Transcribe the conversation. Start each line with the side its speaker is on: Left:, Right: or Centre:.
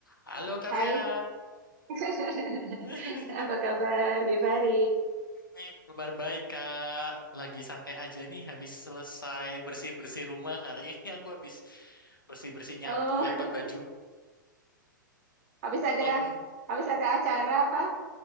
Left: Halo Kak
Right: Hai,
Left: Vera.
Right: <laughs>
Left: <laughs>
Right: apa kabar Givari?
Left: Nih, kabar baik Kak. Lagi santai aja nih habis selesai bersih-bersih rumah. Hari ini <laughs> aku habis bersih-bersih nyapu,
Right: Oh,
Left: lipat
Right: <laughs>
Left: baju.
Right: habis ada
Left: Oke.
Right: habis ada acara apa?